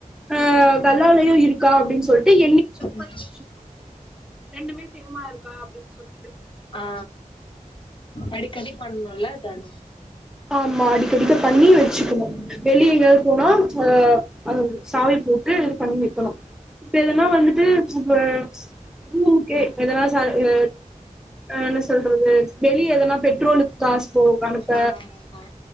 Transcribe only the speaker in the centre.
அ கல்லாலயு இருக்கா அப்டின் சொல்ட்டு எண்ணி செக்
பண்ணி வச்சு ரெண்டுமே சேமா இருக்கா அப்டின் சொல்லிட்டு
ஆமா அடிக்கடிக்க பண்ணி வெச்சுக்கணு வெளியே எங்காது போனா அ அத சாவி போட்டு இது பண்ணி வெக்கணு இப்ப எதனா வந்துட்டு இப்ப <unintelligible> ஓகே எதனா ச அ என்ன சொல்றது வெளிய எதனா பெட்ரோலுக்கு காசு போ அனுப்ப